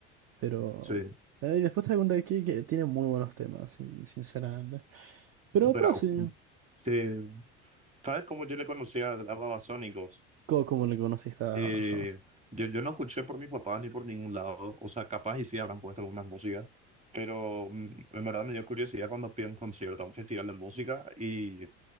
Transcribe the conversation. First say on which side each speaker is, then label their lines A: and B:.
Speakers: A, on the right; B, on the right.
A: Pero.
B: Sí,
A: eh, y después te das cuenta que, que tiene muy buenos temas, sin- sinceramente. Pero,
B: pero
A: pero sí,
B: eh, ¿sabes cómo yo le conocía a a Babasónicos?
A: co- como le conociste a
B: Eh,
A: a
B: yo, yo no escuché por mis papás ni por ningún lado, o sea, capaz y sí habrán puesto algunas músicas, pero mm, en verdad me dio curiosidad cuando fui a un concierto, a un festival de música, y